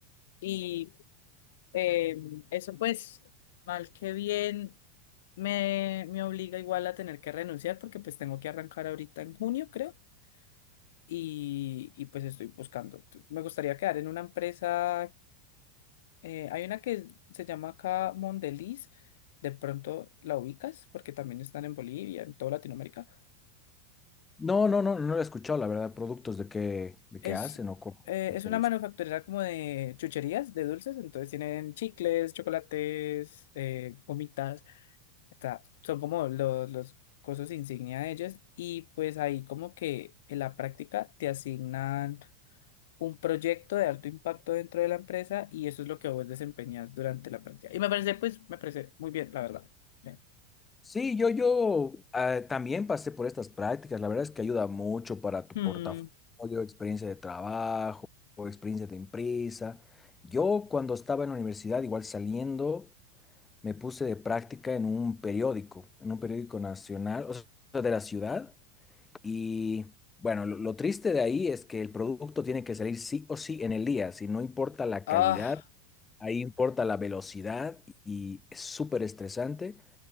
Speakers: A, on the left; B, on the left.
A: y eh, eso pues mal que bien me, me obliga igual a tener que renunciar porque pues tengo que arrancar ahorita en junio creo y, y pues estoy buscando. Me gustaría quedar en una empresa eh, hay una que se llama acá Mondeliz, de pronto la ubicas, porque también están en Bolivia, en toda Latinoamérica.
B: No, no, no, no lo he escuchado, la verdad, productos de que, de
A: Es,
B: que hacen o cómo
A: eh,
B: es
A: es
B: el servicio.
A: una manufacturera como de chucherías, de dulces, entonces tienen chicles, chocolates, eh, gomitas, está- son como los, los cosas insignia de ellas, y pues ahí como que en la práctica te asignan un proyecto de alto impacto dentro de la empresa y eso es lo que vos desempeñas durante la práctica. Y me parece, pues, me parece muy bien, la verdad. Bien.
B: Sí, yo, yo eh, también pasé por estas prácticas, la verdad es que ayuda mucho para tu
A: Hmm,
B: portafolio, experiencia de trabajo, o experiencia de empresa. Yo cuando estaba en la universidad, igual saliendo me puse de práctica en un periódico, en un periódico nacional, o sea, de la ciudad. Y bueno, lo, lo triste de ahí es que el producto tiene que salir sí o sí en el día, si no importa la
A: Ah,
B: calidad, ahí importa la velocidad y es súper estresante.